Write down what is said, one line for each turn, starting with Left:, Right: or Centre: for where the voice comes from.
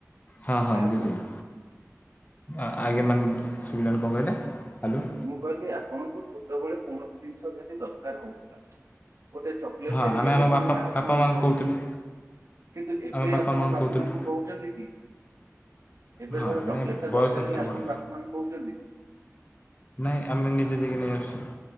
Left: ହଁ ହଁ
Right: କାହାକୁ
Left: ବୁଝିଲି।
Right: କହୁଛନ୍ତି
Left: ଆଜ୍ଞା ମାନେ ଶୁବିଲାନି କଣ କହିଲେ ହାଲୋ।
Right: ମୁଁ କହିଲି ଆପଣଙ୍କୁ ଛୋଟବେଳେ କୌଣସି ଜିନିଷ ଯଦି ଦରକାର ହଉ ଗୋଟେ ଚକୋଲେଟ୍
Left: ହଁ
Right: ଟେ ହେଲେ
Left: ଆମେ ଆମ
Right: ବି ଆପଣ
Left: ବାପା
Right: କାହାକୁ
Left: ବାପା ମାଆଙ୍କୁ
Right: କହୁଛନ୍ତି?
Left: କହୁଥିଲୁ
Right: କିନ୍ତୁ ଏବେ
Left: ଆମ
Right: ଆପଣ
Left: ମାଆଙ୍କୁ
Right: ବାପା
Left: କହୁଥିଲୁ।
Right: ମାଙ୍କୁ କହୁଛନ୍ତି କି? ଏବେ
Left: ହଁ
Right: ଧର ଚକୋଲେଟ୍
Left: ନାଇଁ
Right: ଟେ
Left: ବୟସ
Right: ଦରକାର
Left: ଅନୁସାରେ
Right: ହେଲେ ଆପଣ
Left: ପଟା
Right: ବାପା ମାଙ୍କୁ କହୁଛନ୍ତି?
Left: ନାଇଁ ଆମେ ନିଜେ ଯାଇକି ନେଇ ଆସୁଛେ।